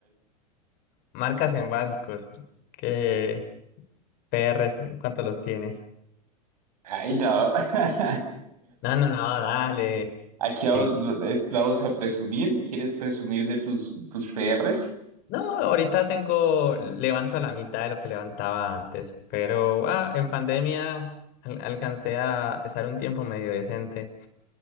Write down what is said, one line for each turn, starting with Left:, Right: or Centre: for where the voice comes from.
Left: marcas en básicos. ¿Qué PRs? ¿En cuánto los tienes?
Right: Ay, no. <laughs>
Left: No, no, no, dale.
Right: Aquí vamos,
Left: Sí,
Right: es- vamos a presumir. ¿Quieres presumir de tus, tus PRs?
Left: No, ahorita tengo, levanto la mitad de lo que levantaba antes, pero ah, en pandemia al- alcancé a estar un tiempo medio decente.